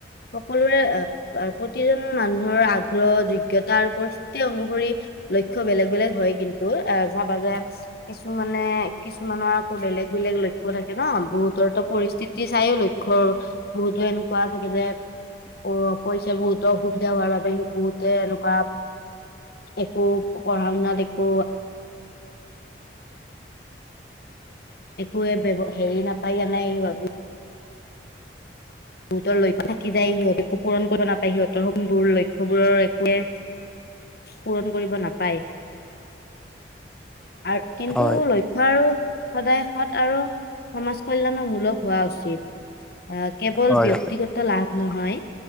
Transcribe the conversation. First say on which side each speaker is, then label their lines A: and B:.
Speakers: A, on the left; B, in the centre.
A: সকলোৰে প্ৰতিজন মানুহৰ আগ্ৰহ যোগ্য়তা আৰু পৰিস্থিতি অনুসৰি লক্ষ্য় বেলেগ বেলেগ হয় কিন্তু যাবাজে কিছুমানে, কিছুমানৰ আকৌ বেলেগ বেলেগ লক্ষ্য় থাকে ন বহুতৰতো পৰিস্থিতি চায়ও লক্ষ্ বহুতো এনেকুৱা থাগে যে অ', পইচা বোৰুতো অসুবিধা হোৱাৰ বাবে সি বহুতে এনেকুৱা একো পঢ়া শুনাত একো একোৱে হেৰি নাপায় জ নাই ভাবো সিহঁতৰ লক্ষ্য কি যায় সিহঁত একো পূৰণ কৰিব নাপায় সিহঁতৰোৰ লক্ষ্য়বোৰৰ একোৱে পূৰণ কৰিব নাপায়, আৰু কিন্তু
B: হয়
A: লক্ষ্য শিক্ষ আৰুো সদায় সৎ আৰু সমাজ কল্যাণৰ মূলক হোৱা উচিত আহ কেৱল
B: হয়
A: ব্যক্তিগত
B: হয়
A: লাভ নহয়